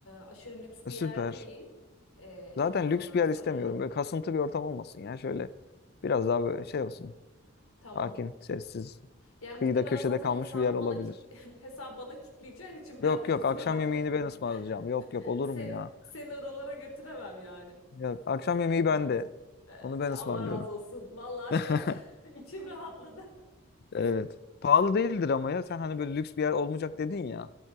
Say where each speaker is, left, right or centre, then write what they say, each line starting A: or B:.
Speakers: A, on the left (about 85°); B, on the left (about 50°).
A: aşırı lüks
B: E,
A: bir
B: Süper.
A: yer değil. E,
B: Zaten
A: ondan
B: lüks bir yer
A: sonra
B: istemiyorum. Böyle kasıntı bir ortam olmasın ya. Şöyle biraz daha böyle şey olsun.
A: tamam.
B: Sakin, sessiz,
A: Yani
B: kıyıda
A: muhtemelen
B: köşede
A: zaten
B: kalmış
A: hesabı
B: bir yer olabilir.
A: bana kitle <laughs> hesabı bana kitleyeceğin için ben
B: Yok
A: de
B: yok
A: kusura
B: akşam
A: bakma.
B: yemeğini ben ısmarlayacağım. Yok
A: <laughs>
B: yok olur
A: Seni
B: mu ya?
A: seni oralara götüremem yani.
B: Ya, akşam yemeği
A: Ondan
B: bende.
A: sonra
B: Onu
A: E,
B: ben
A: Allah
B: ısmarlıyorum.
A: razı olsun. Vallahi
B: <laughs>
A: şu an <laughs> içim rahatladı.
B: Evet. Pahalı değildir ama ya. Sen hani böyle lüks bir yer olmayacak dedin ya.